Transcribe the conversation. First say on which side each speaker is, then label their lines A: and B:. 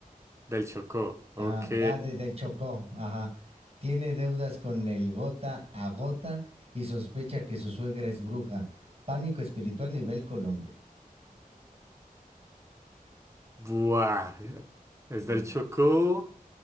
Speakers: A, on the right; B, on the right.
A: Del Chocó.
B: Ajá,
A: Ok.
B: ah, de- del Chocó, ajá. Tiene deudas con el gota a gota y sospecha que su suegra es bruja. Pánico espiritual nivel Colombia.
A: Buah. Es
B: Eh,
A: del Chocó.